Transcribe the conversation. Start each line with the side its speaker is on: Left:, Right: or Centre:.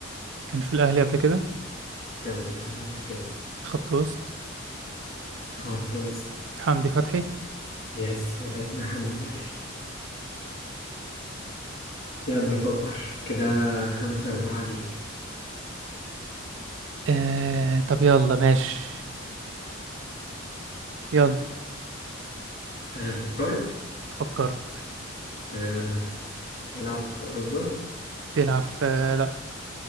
Right: كان في الأهلي قبل كده
Left: كان في الأهلي قبل كده
Right: خط وسط
Left: خط وسط
Right: حمدي فتحي
Left: يس ولدنا حمدي فتحي يلا فكر كده خمسة أربعة ليك
Right: آه طب يلا ماشي يلا
Left: آه فكرت
Right: فكرت
Left: تمام أنا هبدأ بيلعب في أوروبا
Right: بيلعب في لا